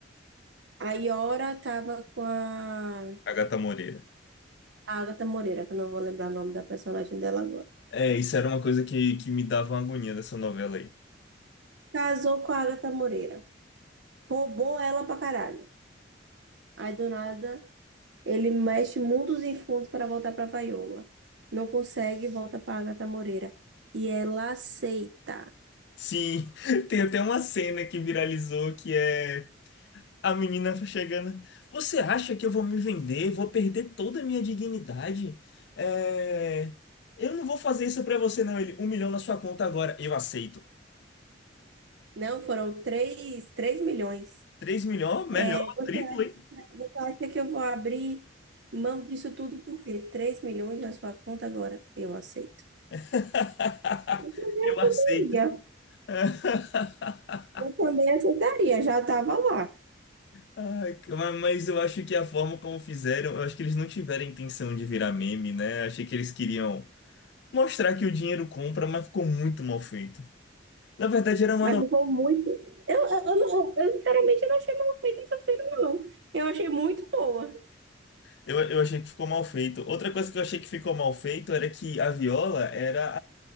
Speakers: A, on the right; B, on the left.
A: Aí ora tava com a
B: Agatha Moreira.
A: a Agatha Moreira, que eu não vou lembrar o nome da personagem dela agora.
B: É, isso era uma coisa que, que me dava uma agonia dessa novela aí.
A: Casou com a Agatha Moreira. Roubou ela pra caralho. Aí do nada. Ele mexe mundos e fundos para voltar para Vaiola. Não consegue, volta para Agatha Moreira. E ela aceita.
B: Sim, <laughs> tem até uma cena que viralizou que é A menina chegando. Você acha que eu vou me vender? Vou perder toda a minha dignidade? É, Eu não vou fazer isso pra você, não. Ele, um milhão na sua conta agora. Eu aceito.
A: Não, foram três, três milhões.
B: Três milhões? Melhor,
A: É, você
B: triplo,
A: acha,
B: hein?
A: você acha que eu vou abrir mão disso tudo por quê? 3 milhões na sua conta agora? Eu aceito.
B: <laughs>
A: Eu
B: Eu aceito.
A: também,
B: <laughs>
A: eu também aceitaria, já estava lá.
B: Ai, cara, Mas eu acho que a forma como fizeram, eu acho que eles não tiveram a intenção de virar meme, né? Achei que eles queriam mostrar que o dinheiro compra, mas ficou muito mal feito. Na verdade, era uma
A: Mas ficou muito. Eu, eu, eu, não- eu, sinceramente não achei mal feita essa cena, não. Eu achei muito boa.
B: Eu, eu achei que ficou mal feito. Outra coisa que eu achei que ficou mal feito era que a Viola era